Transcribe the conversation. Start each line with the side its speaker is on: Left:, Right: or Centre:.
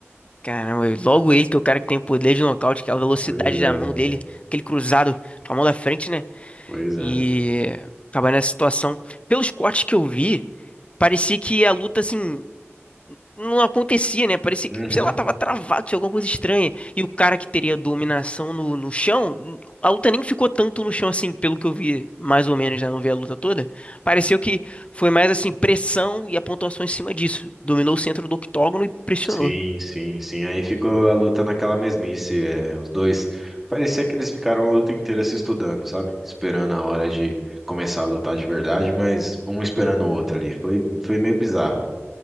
Left: Caramba, e logo ele, que é o cara que tem o poder de nocaute, que é a velocidade
Centre: Pois é,
Left: da mão dele, aquele cruzado com a mão da frente, né?
Centre: pois é.
Left: E acabar nessa situação. Pelos cortes que eu vi, parecia que a luta, assim, não acontecia, né? Parecia
Centre: Uhum.
Left: que, sei lá, tava travado, tinha alguma coisa estranha. E o cara que teria dominação no, no chão, a luta nem ficou tanto no chão, assim, pelo que eu vi, mais ou menos, né? Não vi a luta toda. Pareceu que foi mais, assim, pressão e a pontuação em cima disso. Dominou o centro do octógono e pressionou.
Centre: Sim, sim, sim. Aí ficou a luta naquela mesmice. é, os dois. Parecia que eles ficaram a luta inteira se estudando, sabe? Esperando a hora de começar a lutar de verdade, mas um esperando o outro ali. Foi, foi meio bizarro,